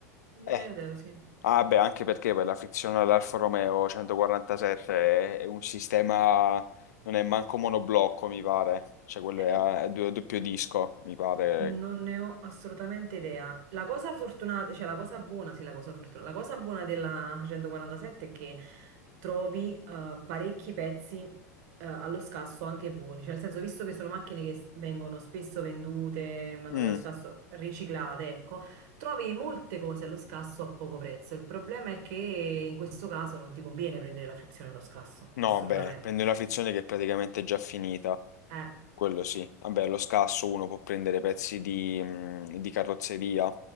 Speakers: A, on the right; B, on the left.
A: Un
B: Eh,
A: migliaio di euro, sì.
B: ah beh, anche perché poi la frizione all'Alfa Romeo 147 è, è un sistema, non è manco monoblocco, mi pare, cioè quello
A: Eh,
B: è a, a du- a doppio disco, mi pare.
A: Non ne ho assolutamente idea. La cosa fortunata, cioè la cosa buona, sì, la cosa fortunata, la cosa buona della 147 è che trovi eh, parecchi pezzi eh, allo scasso anche buoni, cioè nel senso, visto che sono macchine che s- vengono spesso vendute, mandate
B: Mm,
A: allo scasso, riciclate, ecco, trovi molte cose allo scasso a poco prezzo. Il problema è che in questo caso non ti conviene prendere la frizione allo scasso,
B: no,
A: assolutamente.
B: beh, prende una frizione che è praticamente già finita,
A: Eh,
B: quello sì. Vabbè, allo scasso uno può prendere pezzi di, mm, di carrozzeria.